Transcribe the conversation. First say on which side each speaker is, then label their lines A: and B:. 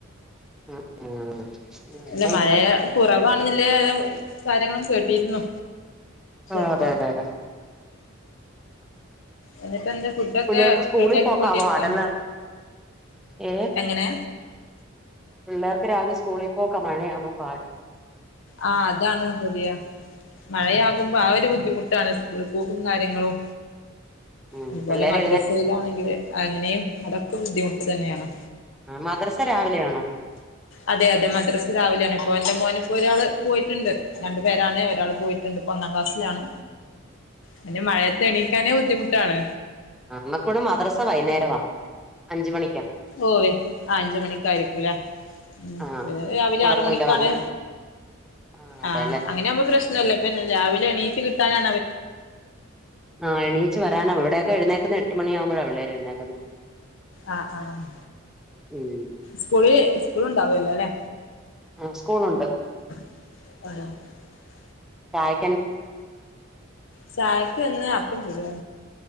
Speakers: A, in the centre; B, on the left.
A: ഉം ഉം ഇവിടെ
B: അല്ല മഴ
A: ഇല്ല
B: കുറവ്ണെന്നില്ലേ കാര്യങ്ങളും കേട്ടിരുന്നു
A: ആഹ്
B: ഇപ്പ
A: അതെ അതെ അതെ
B: എന്നിപ്പ എന്താ ഫുഡൊക്കെ
A: പിള്ളേർക്ക് സ്കൂളിൽ
B: റെഡി ആക്കൊണ്ടിരിക്ക
A: പോക്കാ പാടല്ലേ ഏഹ്
B: എങ്ങനെ
A: പിള്ളേർക്ക് രാവിലെ സ്കൂളിൽ പോക്കെ മഴയാമൻ പാടും
B: ആഹ അതാണ് ശതിയ മഴയാകുമ്പോ
A: ഉം
B: ആ ഒരു ബുദ്ധിമുട്ടാണ് ഇളി പോക്കും കാര്യങ്ങളും
A: ഉം
B: അതുപോലെ
A: പിള്ളേര്
B: മദ്രസയിലാണെങ്കില്
A: എഴുന്നേ
B: അങ്ങനെയും അതൊക്കെ ബുദ്ധിമുട്ട് തന്നെയാണോ
A: ആ മദ്രസ രാവിലെയാണോ
B: അതെ അതെ മദ്രാസ് രാവിലെയാണ് ഇപ്പോൊ എന്റെ മോന ഇപ്പോ ഒരാള് പോയിട്ടുണ്ട് രണ്ടു പേരാണ് ഒരാൾ പോയിട്ടുണ്ട് ഒന്നാം ക്ലാസ്സിലാണ് പിന്നെ മഴയത്തെണീക്കാനേ ബുദ്ധിമുട്ടാണ്
A: ആ നമ്മക്കിവിടെ മദ്രസ വൈകുന്നേരവാ അഞ്ച് മണിക്കാ
B: ഓവേ അഞ്ച മണിക്കായിരിക്കുംല്ലേ ഉ
A: ആഹ്
B: ഇ രാവിലെ
A: അപ്പൊ കൊഴപ്പമില്ല
B: ആറ മണിക്കാണ്
A: വന്ന് ആഹ് അതെല്ലേ
B: ആ് അങ്ങനെ ആമ്പോ പ്രശ്ന രാവിലെ എണീയിച്ചു കിട്ടാനാ
A: ആ എണീച്ച് വരാനാണ് ഇവിടെയൊക്കെ എഴുന്നേക്കുന്നത് എട്ട് മണിയാകുമ്പോഴാണ്വടെരെ എഴുന്നേക്കുന്നത്
B: ആ ആഹ്
A: ഉം
B: സ്കൂളി സ്കൂള് ഇണ്ടാവൂല്ലോല്ലെ
A: ആ സ്കൂളുണ്ട്
B: <unintelligible>
A: ചായ്
B: ചായക്ക് ഇന്ന് അപ്പം ചുടാ